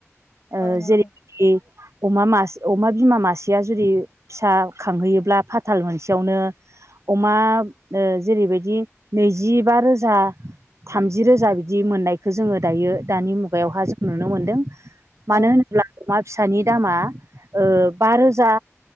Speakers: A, on the right; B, on the left.
A: ओ
B: औ नंगौ
A: जेरैबादि अमा मास अमा बिमा मासेया जुदि फिसा खांहोयोब्ला फाथाल मोनसेयावनो अमा ओ जेरैबायदि नैजिबा रोजा थामजि रोजा बिदि मोननायखौ जोङो दायो दानि मुगायावहा जों नुनो मोनदों
B: औ
A: मानो होनोब्ला अमा फिसानि दामा ओ बारोजा